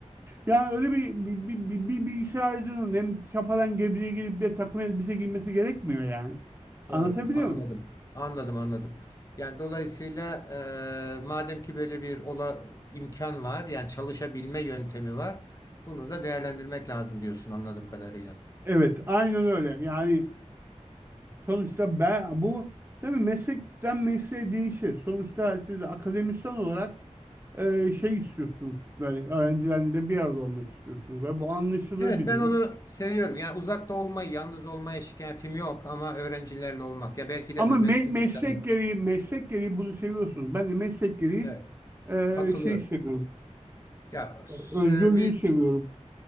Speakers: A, on the right; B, on the left.
A: Yani öyle bir, bir, bir, bir, bir bilgisayarcının hem Çapa'dan Gebze'ye gelip bir takım elbise giymesi gerekmiyor yani anlatabiliyor
B: Doğru. Anladım.
A: muyum?
B: Anladım, anladım. Yani dolayısıyla e, madem ki böyle bir ola, imkan var, yani çalışabilme yöntemi var, bunu da değerlendirmek lazım diyorsun anladığım kadarıyla.
A: Evet aynen öyle yani Sonuçta ben bu tabii meslekten mesleğe değişir. Sonuçta siz akademisyen olarak e, şey istiyorsunuz. Böyle öğrencilerle bir arada olmak istiyorsunuz ve bu anlaşılır
B: Evet
A: bir
B: ben
A: durum.
B: onu seviyorum. Yani uzakta olmayı, yalnız olmaya şikayetim yok ama öğrencilerle olmak. Ya belki de
A: Ama
B: mesleğime
A: me- meslek
B: dair.
A: gereği meslek gereği bunu seviyorsunuz. Ben de meslek gereği
B: Evet,
A: e,
B: katılıyorum.
A: şey seviyorum.
B: Ya s-
A: e, Özgürlüğü
B: bir
A: seviyorum.